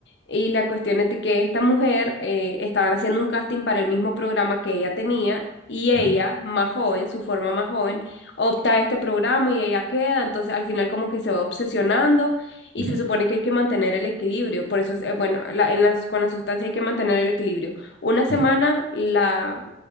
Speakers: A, on the left; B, on the right.
A: Y la cuestión es de que esta mujer eh, estaban haciendo un casting para el mismo programa que ella tenía y ella,
B: ujú,
A: más joven, su forma más joven, opta a este programa y ella queda, entonces al final como que se va obsesionando y
B: ujú,
A: se supone que hay que mantener el equilibrio, por eso, es- eh, bueno, la- en las, con la sustancia hay que mantener el equilibrio. Una semana
B: ujú,
A: la